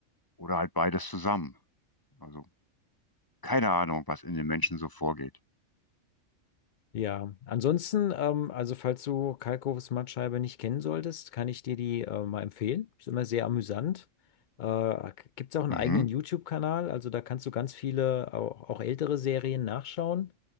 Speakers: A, on the left; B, on the left.
A: oder halt beides zusammen. Also keine Ahnung, was in den Menschen so vorgeht.
B: Ja, ansonsten, ähm, also falls du Kalkofes Mattscheibe nicht kennen solltest, kann ich dir die äh, mal empfehlen. Ist immer sehr amüsant. Äh, gibt es auch einen
A: Mhm.
B: eigenen YouTube-Kanal, also da kannst du ganz viele, auch, auch ältere Serien nachschauen.